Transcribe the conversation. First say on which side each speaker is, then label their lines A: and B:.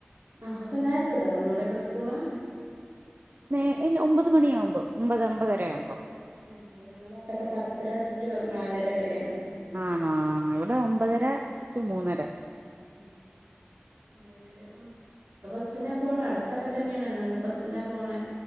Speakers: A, on the right; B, on the right.
A: ആഹ് അപ്പം നേരത്തെ തൊടങ്ങോ അവടൊക്കെ സ്കൂള്.
B: നേ ഇല്ല ഒമ്പത് മണിയാവുമ്പോ. ഒമ്പത് ഒമ്പതെരയാവുമ്പോ.
A: ആഹ് ഇവി ഞങ്ങളെവിടൊക്കെ പത്തര റ്റു നാലര വരെയാണ്.
B: ആണോ. ഇവിടെ ഒമ്പതര റ്റു മൂന്നര
A: ഉം ഉം പി നേരഹം പ്പോ ബസ്സിനാ പോണെ അടുത്തൊക്കെ തന്നെയാണ് എന്നാലും ബസ്സിനാ പോണേ